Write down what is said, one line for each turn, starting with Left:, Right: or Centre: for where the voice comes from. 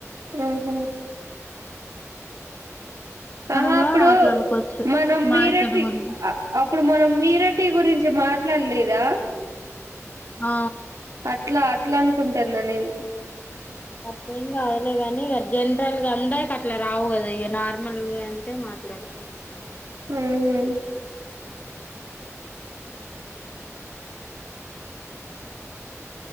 Right: ఆహ ఆహా
Left: మనం కూడా
Right: అప్పుడు
Left: మాట్లాడుకోవచ్చు
Right: మనం మీరటి
Left: మార్కెట్ గురించి
Right: అప్పుడు మనం మీరటి గురించి మా ఎట్లా లేదా
Left: ఆ
Right: అట్లా ఎట్లా అనుకుంటాన్నా నేను
Left: మొత్తం అదులే ని ఇక జనరల్గా అందా ఇక అట్లా రావు కదా ఇక నార్మల్గా అంటే మాట్లాడదు
Right: ఉహామ్